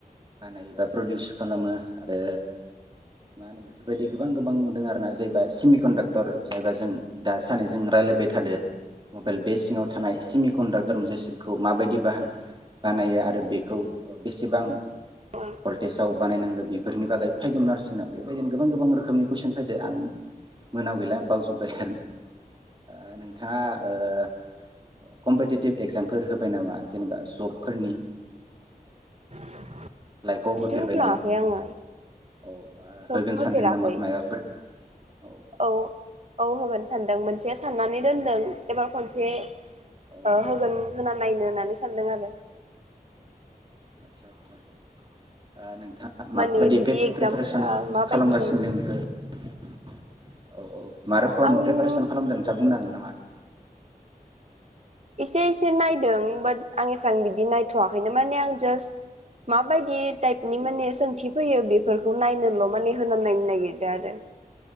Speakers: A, on the right; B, on the right.
A: बानायो बा प्रडिउस खालामो आरो मा होनो बेफोरबायदि गोबां-गोबां दङ आरोना जायबा सिमि कन्डाक्टर जायबा जों दा सानैजों रायलायबाय थादो मबाइल बे सिङाव थानाय सिमि कन्डाक्टर मोनसे सिटखौ माबायदि बाहा बानायो आरो बेखौ बेसेबां
B: औ
A: भल्टेजाव बानायनांगौ बेफोरनि बागै फैदोंमोन आरो जोंनाव बेबायदिनो गोबां गोबां रोखोमनि कुइसन फैद आं मोनायाव गैला बावजोब्बाय आरो। ओ नोंथाङा ओ कम्पिटिेटिभ एगजामफोर होबाय नामा जेनेबा जबफोरनि?
B: <inaudible>
A: लाइफआव
B: जिथ'
A: होफेरबाय
B: होफ्लाङाखै
A: नामा
B: आङो
A: औ होगोन
B: हो-होफेराखै
A: सानदों नामा माबाफोर औ
B: औ-औ होगोन सानदों मोनसे साननानै दोनदों एबार खनसे
A: औ
B: ओ होगोन। होना नायनो होननानै सानदों आरो‌।
A: आदसा-आदसा। ओ नोंथाङा मा
B: माने
A: बायदि
B: बिदि
A: पे-प्रेपारेसन
B: एगजामफोरा माबायदि
A: खालामगासिनो
B: जायो
A: दं बेखो? औ-औ मा रखम
B: आं
A: प्रेपारेसन खालामदों नोंथाङा बुंनांनो हागोन नामा? मा
B: एसे-एसे नायदों बाट आं एसां बिदि नायथ'वाखैनो माने आं जास्ट माबायदि टाइपनि
A: औ
B: माने सोंथि फैयो बे बेफोरखौ नायनोल' माने होना नायनो नागिरदो आरो।